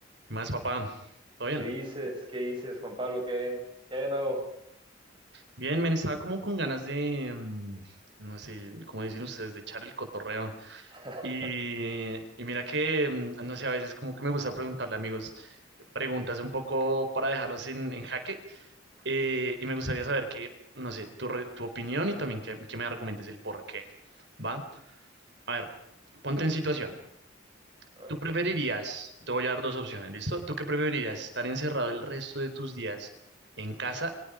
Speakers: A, on the right (about 60°); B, on the right (about 25°).
A: ¿Qué más, papá? ¿Todo bien?
B: ¿Qué dices? ¿Qué dices, Juan Pablo? ¿Qué, qué hay de nuevo?
A: Bien, men, estaba como con ganas de, mm, no sé, como dicen ustedes, de echar el cotorreo.
B: <laughs>
A: Y, y mira que, mm, no sé, a veces como que me gusta preguntarle, a amigos, preguntas un poco para dejarlos en, en jaque. Eh, y me gustaría saber que, no sé, tu, re- tu opinión y también que, que me argumentes el por qué, ¿va? A ver, ponte en situación.
B: A ver,
A: ¿Tú preferirías, te voy a dar dos opciones, ¿listo? ¿Tú qué preferirías? ¿Estar encerrado el resto de tus días en casa?